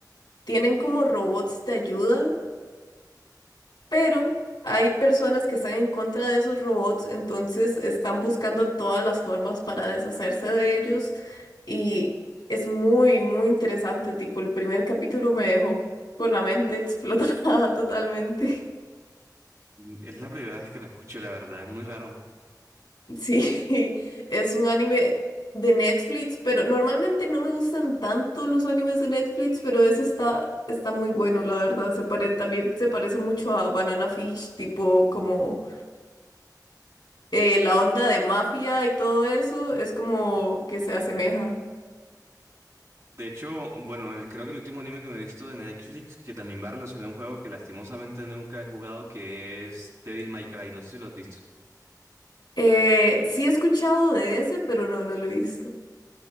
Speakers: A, on the left; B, on the right.
A: tienen como robots de ayuda pero hay personas que están en contra de esos robots, entonces están buscando todas las formas para deshacerse de ellos y es muy, muy interesante, tipo el primer capítulo me dejó con la mente explotada <laughs> totalmente.
B: Mm, Es la primera vez que lo escucho, la verdad, es muy raro.
A: Sí, es un anime de Netflix, pero normalmente no me gustan tanto los animes de Netflix, pero ese está, está muy bueno, la verdad. Se pare- también se parece mucho a Banana Fish, tipo como eh, la onda de mafia y todo eso es como que se asemeja.
B: De hecho, bueno, el- creo que el último anime que me he visto de Netflix, que también va relacionado a un juego que lastimosamente nunca he jugado, que es Devil May Cry, no sé si lo has visto.
A: Eh, sí he escuchado de ese, pero no, no lo he visto.